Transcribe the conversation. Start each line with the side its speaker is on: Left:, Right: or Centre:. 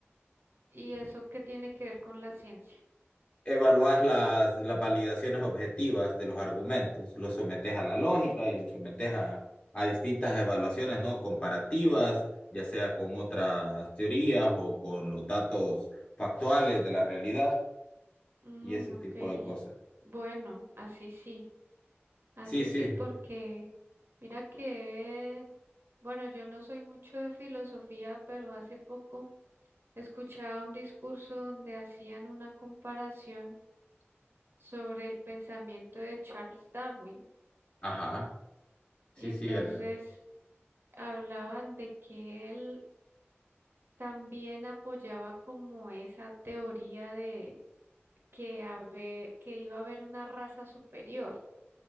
Right: ¿y eso qué tiene que ver con la ciencia?
Left: evaluás las, las validaciones objetivas de los argumentos, los sometes a la lógica y los sometes a, a distintas evaluaciones, ¿no? Comparativas, ya sea con otras teorías o con los datos factuales de la realidad
Right: Mm,
Left: y ese
Right: ok,
Left: tipo de cosas.
Right: bueno, así sí, así
Left: Sí, sí,
Right: sí, porque mira que, bueno, yo no soy mucho de filosofía, pero hace poco escuchaba un discurso donde hacían una comparación sobre el pensamiento de Charles Darwin.
Left: ajá, sí,
Right: Y entonces
Left: sí, Elena.
Right: hablaban de que él también apoyaba como esa teoría de que, habe- que iba a haber una raza superior.